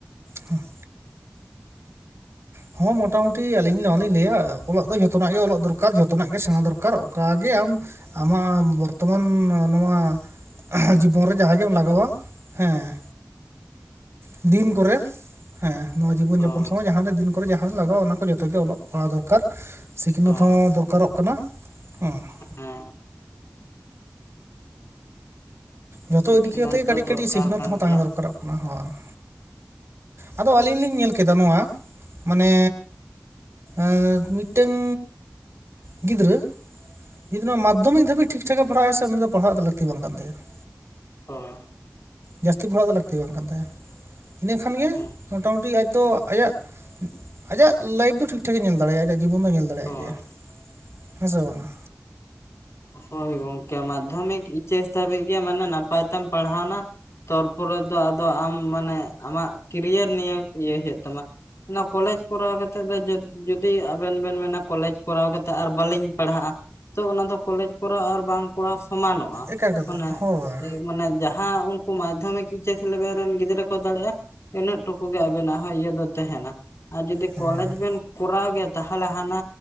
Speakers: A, on the right; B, on the left.
A: ᱦᱩᱸ <unintelligible> ᱦᱚᱸ ᱢᱚᱴᱟᱢᱩᱴᱤ ᱟᱹᱞᱤᱧ ᱱᱚᱣᱟ ᱞᱤᱧ ᱞᱟᱹᱭᱟ, ᱚᱞᱚᱜ ᱫᱚ ᱡᱷᱚᱛᱚ ᱱᱟᱜ ᱜᱮ ᱚᱞᱚᱜ ᱫᱚᱨᱠᱟᱨ, ᱡᱷᱚᱛᱚᱱᱟᱜ ᱜᱮ ᱥᱮᱬᱟ ᱫᱚᱨᱠᱟᱨ ᱾ ᱟᱠᱟ ᱜᱮ ᱟᱢᱼᱼ ᱟᱢᱟᱜ ᱵᱚᱨᱛᱚᱢᱟᱱ ᱱᱚᱣᱟ, ᱡᱤᱵᱚᱱ ᱨᱮ ᱡᱟᱦᱟᱸ ᱜᱮᱢ ᱞᱟᱜᱟᱣᱟ ᱾ ᱦᱮᱸ, ᱫᱤᱱ ᱠᱚᱨᱮ ᱦᱮᱸ ᱱᱚᱣᱟ ᱡᱤᱵᱚᱱ
B: ᱦᱳᱭ
A: ᱡᱟᱯᱚᱱ ᱥᱚᱢᱚᱭ ᱡᱟᱦᱟᱸ ᱫᱤᱱ ᱠᱚᱼᱼ ᱠᱚᱨᱮ ᱡᱟᱦᱟᱸ ᱞᱟᱜᱟᱣᱟ ᱚᱱᱟ ᱠᱚ ᱡᱚᱛᱚ ᱜᱮ ᱚᱞᱚᱜ ᱯᱟᱲᱦᱟᱣ ᱫᱚᱨᱟᱨ ᱾ ᱥᱤᱠᱷᱱᱟᱹᱛ
B: ᱦᱳᱭ
A: ᱦᱚᱸ ᱫᱚᱨᱠᱼᱼ ᱫᱚᱨᱠᱟᱨᱚᱜ ᱠᱟᱱᱟ, ᱦᱮᱸ ᱾
B: ᱦᱮᱸ ᱾
A: ᱡᱚᱛᱚ
B: ᱥᱤᱠᱷᱱᱟᱹᱛ
A: ᱤᱫᱤ ᱠᱟᱛᱮ
B: ᱫᱚ
A: ᱠᱟᱹᱴᱤᱡ
B: ᱫᱚᱨᱠᱟᱨ
A: ᱠᱟᱹᱴᱤᱡ ᱥᱤᱠᱷᱱᱟᱹᱛ
B: ᱠᱟᱱ
A: ᱦᱚᱸ ᱛᱟᱦᱮᱸ
B: ᱜᱮᱭᱟ
A: ᱫᱚᱨᱠᱟᱨᱚᱜ ᱠᱟᱱᱟ ᱦᱚᱭ ᱾ ᱟᱫᱚ ᱟᱹᱞᱤᱧ ᱞᱤᱧ ᱧᱮᱞ ᱠᱮᱫᱟ ᱱᱚᱣᱟ ᱢᱟᱱᱮᱼᱼ ᱟᱨ ᱢᱤᱫᱴᱟᱝᱼᱼ ᱜᱤᱫᱽᱨᱟᱹᱼᱼ ᱡᱩᱫᱤ ᱱᱟᱜ ᱢᱟᱫᱷᱤᱠ ᱫᱟᱹᱵᱤᱡ ᱴᱷᱤᱠ ᱴᱷᱟᱠ ᱮ ᱯᱟᱲᱦᱟᱜᱼᱟ ᱥᱮ, ᱩᱱᱤ ᱫᱚ ᱯᱟᱲᱦᱟᱜ ᱞᱟᱹᱠᱛᱤ ᱵᱟᱝ ᱠᱟᱱ ᱛᱟᱭᱟ ᱾
B: ᱦᱚᱭ ᱾
A: ᱡᱟᱹᱥᱛᱤ ᱯᱟᱲᱟᱜ ᱫᱚ ᱞᱟᱹᱠᱛᱤ ᱵᱟᱝ ᱠᱟᱱ ᱛᱟᱭᱟ, ᱤᱱᱟᱹ ᱠᱷᱟᱱ ᱜᱮ
B: ᱦᱮᱸ
A: ᱢᱚᱴᱟᱢᱩᱴᱤ ᱟᱡ ᱫᱚ ᱟᱭᱟᱜᱼᱼ ᱟᱡᱟᱜ ᱞᱟᱭᱤᱯᱷ ᱫᱚ ᱴᱷᱤᱠ ᱴᱷᱟᱠᱮ ᱧᱮᱞ ᱫᱟᱲᱮᱭᱟᱜᱼᱟᱭ ᱟᱭᱟᱜ ᱡᱤᱵᱚᱱ ᱫᱚ ᱧᱮᱞ ᱫᱟᱲᱮᱭᱟᱜ
B: ᱦᱳᱭ
A: ᱜᱮᱭᱟ᱾ ᱦᱮᱸ ᱥᱮ ᱵᱟᱝ-ᱟ?
B: ᱦᱳᱭ ᱜᱚᱢᱠᱮ ᱢᱟᱫᱽᱫᱷᱚᱢᱤᱠ ᱮᱭᱤᱪᱮᱥ ᱫᱷᱟᱹᱵᱤᱡ ᱜᱮ ᱢᱟᱱᱮ ᱱᱟᱯᱟᱭ ᱛᱮᱢ ᱯᱟᱲᱦᱟᱣᱱᱟ᱾ ᱛᱟᱨᱯᱚᱨᱮ ᱫᱚ ᱟᱫᱚ ᱟᱢ ᱢᱟᱱᱮ ᱟᱢᱟᱜ ᱠᱮᱨᱤᱭᱟᱹᱨ ᱱᱤᱭᱟᱹ ᱤᱭᱟᱹᱭ ᱦᱳᱭᱳᱜ ᱛᱟᱢᱟ᱾ ᱚᱱᱟ ᱠᱚᱞᱮᱡᱽ ᱠᱚᱨᱟᱣ ᱠᱟᱛᱮ ᱫᱚ ᱡᱟᱹ ᱡᱩᱫᱤ ᱟᱵᱮᱱ ᱵᱮᱱ ᱢᱮᱱᱟ ᱠᱚᱞᱮᱡᱽ ᱠᱚᱨᱟᱣ ᱠᱟᱛᱮᱜ ᱟᱨ ᱵᱟᱞᱤᱧ ᱯᱟᱲᱦᱟᱜᱼᱟ, ᱛᱚ ᱚᱱᱟ ᱫᱚ᱾ ᱠᱚᱞᱮᱡᱽ ᱠᱚᱨᱟᱣ ᱟᱨ ᱵᱟᱝ ᱠᱚᱲᱟᱣ ᱥᱚᱢᱟᱱᱚᱜᱼᱟ,
A: ᱮᱠᱟᱞ ᱠᱟᱛᱷᱟ
B: ᱢᱟᱱᱮ
A: ᱦᱳᱭ
B: ᱮ ᱢᱟᱱᱮ ᱡᱟᱦᱟ ᱩᱱᱠᱩ ᱢᱟᱫᱽᱫᱷᱚᱢᱤᱠ ᱮᱭᱤᱪᱮᱥ ᱞᱮᱵᱮᱞ ᱨᱮᱱ ᱜᱤᱫᱽᱨᱟᱹ ᱠᱚ ᱫᱟᱲᱮᱜᱼᱟ, ᱤᱱᱟᱹᱜ ᱴᱩᱠᱩ ᱜᱮ ᱟᱵᱮᱱᱟᱜ ᱦᱚᱸ ᱤᱭᱟᱹ ᱫᱚ ᱛᱟᱦᱮᱱᱟ ᱟᱨ ᱡᱩᱫᱤ ᱠᱚᱞᱮᱡᱽ
A: ᱦᱮᱸ
B: ᱵᱮᱱ ᱠᱚᱨᱟᱣ ᱜᱮᱭᱟ᱾ ᱛᱟᱦᱚᱞᱮ ᱦᱟᱱᱟ